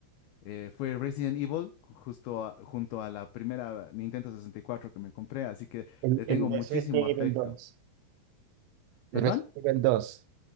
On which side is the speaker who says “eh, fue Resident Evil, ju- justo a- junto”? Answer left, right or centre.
Left